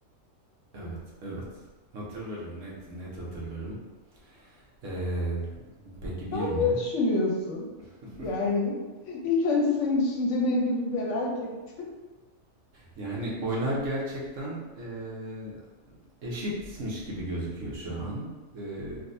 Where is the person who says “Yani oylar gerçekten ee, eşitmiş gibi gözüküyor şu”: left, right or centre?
Right